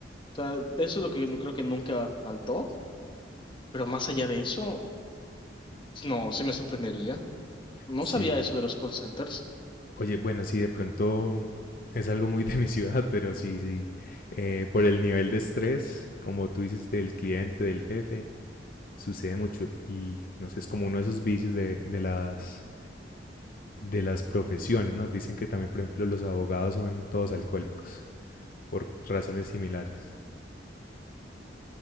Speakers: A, on the left (about 25°); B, on the left (about 50°).
A: O sea, de eso es lo que yo creo que nunca faltó, pero más allá de eso, no, sí me sorprendería. No
B: Sí.
A: sabía eso de los call centers.
B: Oye, bueno, sí, de pronto es algo muy de mi ciudad, pero sí, sí. Eh, por el nivel de estrés, como tú dices, del cliente, del jefe, sucede mucho. Y no sé, es como uno de esos vicios de, de las, de las profesiones, ¿no? Dicen que también, por ejemplo, los abogados son todos alcohólicos, por razones similares.